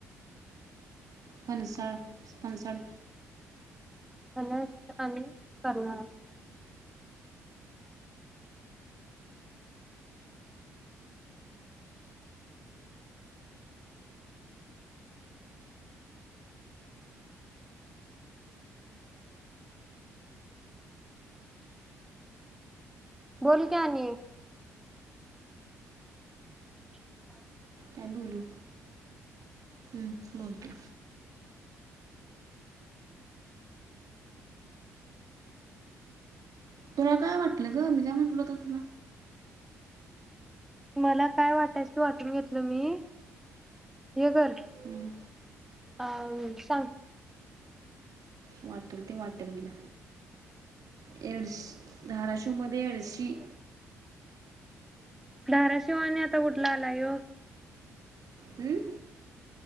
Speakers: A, on the right; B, in the centre.
A: फनसाळ फनसाड
B: कला <unintelligible> आणि करर्नाळा बोल का आणि. <inaudible>
A: काय बोलू? हम्म बोलतो. तुला काय वाटलं ग? मी काय म्हटल होत तुला?
B: मला काय वाटायच ते वाटून घेतल मी हे कर
A: हं,
B: अह सांग
A: वाटल ते वाटल हीला एडश धाराशिव मध्ये एडशी
B: धाराशिव. तो आणि आता कुठला आलाय ह्यो.
A: हम्म.